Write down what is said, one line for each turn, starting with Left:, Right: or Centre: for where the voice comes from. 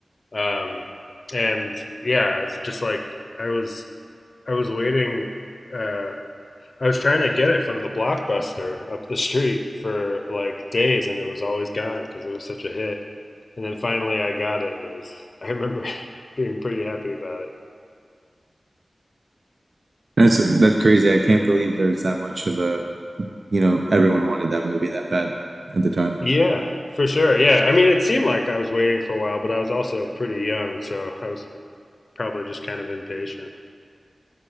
Left: Um, and yeah, it's just like I was I was waiting. Uh, I was trying to get it from the blockbuster up the street for like days, and it was always gone because it was such a hit. And then finally, I got it, and it was. I remember <laughs> being pretty happy about it.
Right: That's that's crazy. I can't believe there's that much of a, you know, everyone wanted that movie that bad at the time.
Left: Yeah, for sure. Yeah, I mean, it seemed like I was waiting for a while, but I was also pretty young, so I was probably just kind of impatient.